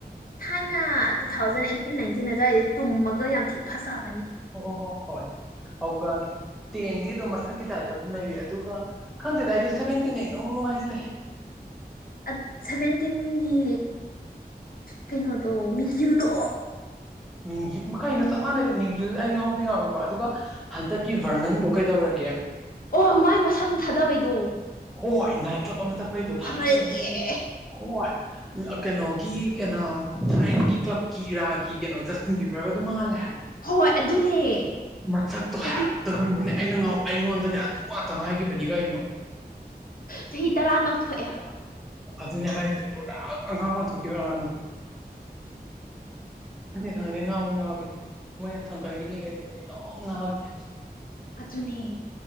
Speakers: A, on the left (about 60°); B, in the centre.
A: ꯊꯥꯏꯅ ꯇꯨ ꯊꯥꯎꯖꯟ ꯑꯩꯠꯇꯤꯟ ꯅꯥꯏꯟꯇꯤꯟ ꯑꯗꯨꯋꯥꯏꯗꯗꯤ ꯇꯨꯝꯃꯒ ꯌꯥꯝ ꯊꯤ ꯐꯖꯕ
B: ꯑꯣ ꯍꯣ ꯍꯣꯏ ꯑꯗꯨꯒꯒ ꯇꯦꯟꯗꯤ ꯑꯗꯨꯝ ꯃꯁꯛꯀꯤ ꯇꯥꯏꯞꯇ ꯑꯗꯨꯝ ꯂꯩꯔ ꯑꯗꯨꯒ ꯈꯪꯗꯦꯗ ꯑꯩꯗꯤ ꯁꯚꯦꯟꯇꯤꯟ ꯅꯨꯡ ꯅꯨꯡꯉꯥꯏꯇꯦ
A: ꯑ ꯁꯚꯟ ꯇꯤꯟꯒꯤ ꯀꯩꯅꯣꯗꯣ ꯃꯤꯖꯨꯗꯣ
B: ꯃꯤꯡꯒꯤ ꯃꯈꯩꯅ ꯆꯞ ꯃꯥꯟꯅꯩ ꯃꯤꯡꯒꯤꯗꯨꯗ ꯑꯩ ꯉꯥꯎꯕꯗꯤ ꯉꯥꯎꯋꯀꯣ ꯑꯗꯨꯒ ꯍꯟꯗꯛꯀꯤ ꯕꯔꯅꯟꯗꯣ ꯀꯩꯗꯧꯔꯒꯦ
A: ꯑꯣ ꯃꯥꯏ ꯃꯁꯝ ꯊꯥꯗꯕꯩꯗꯣ
B: ꯍꯣꯏ ꯍꯣꯏ ꯏꯟꯗꯤꯌꯥꯟ ꯀ꯭ꯂꯕ ꯑꯃ ꯆꯠꯄꯩꯗꯣ
A: ꯐꯖꯩꯌꯦ
B: ꯊꯥꯏꯅꯒꯤ ꯍꯣꯏ ꯀꯩꯅꯣꯒꯤ ꯀꯩꯅꯣ ꯊꯥꯏꯅꯒꯤ ꯀ꯭ꯂꯕꯀꯤ ꯏꯔꯥꯒꯤ ꯀꯩꯅꯣ ꯖꯁꯇꯤꯟ ꯄꯤꯕ꯭ꯔꯒ ꯑꯗꯨꯝ ꯃꯥꯜꯂꯦ
A: ꯍꯣꯏ ꯑꯗꯨꯅꯦ
B: ꯃꯊꯣ
A: ꯆꯍꯤ
B: ꯍꯥꯏꯛꯇꯔꯅꯦ ꯑꯩꯅ ꯉ ꯑꯩꯉꯣꯟꯗꯅꯦ ꯑꯗꯨ ꯉꯥꯛꯇ ꯍꯥꯏꯥꯏꯈꯤꯕꯅꯤꯒ ꯀꯩꯅꯣ
A: ꯆꯍꯤ ꯇꯔꯥ ꯅꯧꯊꯣꯛꯑꯦ ꯍꯥꯏꯕ
B: ꯑꯗꯨꯅꯦ ꯍꯥꯏꯔꯤꯁꯦ ꯄꯗꯛ ꯑꯉꯥꯡ ꯑꯃ ꯊꯣꯛꯀꯦ ꯟ ꯈꯪ ꯈꯪꯗ ꯅꯍꯥꯋ ꯅꯎꯋꯕꯤ ꯃꯣꯏ ꯊꯥꯡꯀꯜꯒꯤ ꯃꯤꯒꯩꯁꯦ ꯑꯩ ꯂꯣꯡ ꯉꯅꯥꯥꯎꯋꯦ
A: ꯑꯗꯨꯊꯅꯦ